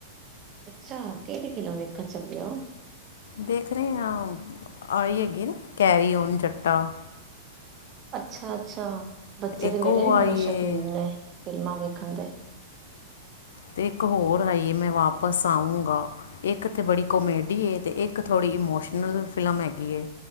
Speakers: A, on the right; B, on the left.
A: ਅੱਛਾ। ਕਿਹੜੀ ਫ਼ਿਲਮ ਵੇਖਣ ਚੱਲੇ ਓ?
B: ਦੇਖ ਰਹੇ ਹਾਂ। ਆਈ ਹੈਗੀਗੇ ਨਾ ਕੈਰੀਓਨ ਜੱਟਾ।
A: ਅੱਛਾ ਅੱਛਾ ਬੱਚੇ
B: ਇੱਕ
A: ਤਾਂ ਮੇਰੇ
B: ਉਹ
A: ਵੀ
B: ਆਈ
A: ਬੜੇ ਸ਼ੌਕੀਨ
B: ਏ
A: ਨੇ ਫਿਲਮਾਂ ਵੇਖਣ ਦੇ
B: ਤੇ ਇੱਕ ਹੋਰ ਆਈਏ ਮੈਂ ਵਾਪਿਸ ਆਊਂਗਾ ਇੱਕ ਤੇ ਬੜੀ ਕੋਮੇਡੀ ਏ ਤੇ ਇੱਕ ਥੋੜ੍ਹੀ ਇਮੋਸ਼ਨਲ ਫਿਲਮ ਹੈਗੀ ਹੈ।